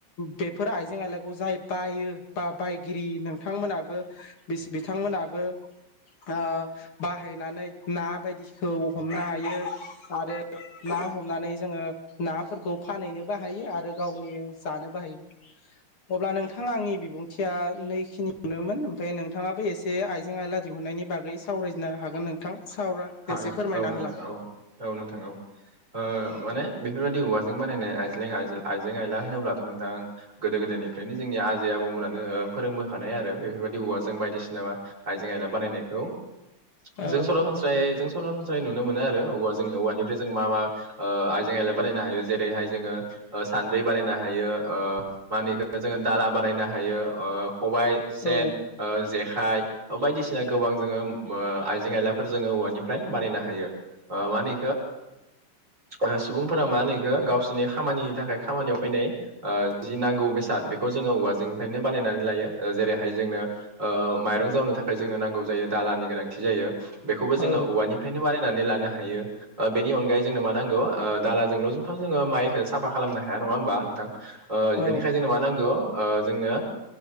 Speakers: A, on the left; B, on the right.
A: बेफोर आइजें आइलाखौ जाय बायो बा बायगिरि नों बिथांमोनाबो बि बिथांमोनाबो ओ बाहायनानै ना बायदिखौ हमनो हायो आरो। ना हमनानै जोङो नाफोरखौ फानहैनोबो हायो आरो गावनि जानोबो हायो। अब्ला नोंथाङा आंनि बिबुंथिया नैखिनि मोनोमोन ओमफ्राय नोंथाङाबो एसे आइजें आयला दिहुननायनि बागै सावरायजनो हागोन नोंथां। सावरा
B: हागोन
A: एसे फोरमायना
B: औ नोंथां
A: होलां
B: औ औ नोंथां औ ओ माने बेफोरबायाददि औवाजों बानायनाय आइज्लें आइज आइजें आइला होनोब्लाथ' नोंथां गोदो गोदायनिफ्रायनो जोंनि आजै आबौमोनानो फोरोंबोखानाय आरो बेफोर बदि औवाजों बायदिसिना आइजें आयला बानायनायखौ।
A: औ
B: जों सरासनस्रायै जों सरासनस्रायै नुनो मोनो आरो औवाजों औवानिफ्राय जों मा मा आइजें आयला बानायनो हायो जेरैहाय जोङो ओ सानद्रि बानायनो हायो। ओ मानिखौ जोङो दाला बानायनो हायो खबाइ सेन
A: औ
B: जेखाय बायदिसिना गोबां जोङो आइजें आइला। जोङो औवानिफ्राय बानायनो हायो। ओ मानि ओ सुबुंफोरा मा होनो इखो गावसि नि खामानिनि थाखाय खामानियाव फैनाय ओ जि नांगौ बेसाद बेखौ जोङो औवाजोंनिफ्रायनो बानायनानै लायो। जेरैहाय जोंनो ओ माइरं जावनो थाखाय जोंनो नांगौ जायो दालानि गोनांथि जायो। बेखौबो
A: औ
B: जोङो औवानिफ्रायनो बानाय नानै लानो हायो ओ बेनि अगायै जोङो मा नांगौ ओ दालाजोंल' जोंथ' जोङो माइखौ साफा खालामनो हाया। नङा होनबा नोंथां?
A: औ
B: बेनिखायनो जोंनो मा नांगौ ओ जोंनो